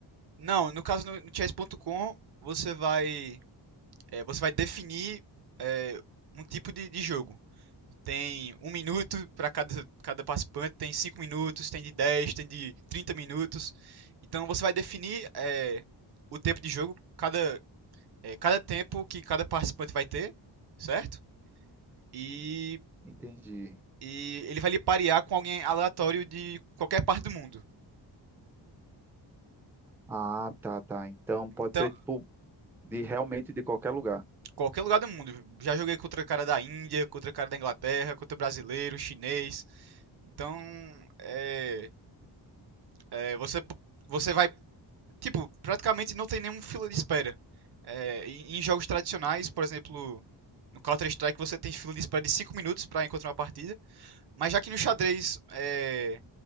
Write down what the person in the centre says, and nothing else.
Entendi.
Ah, tá, tá. Então pode
ser tipo de realmente de qualquer lugar.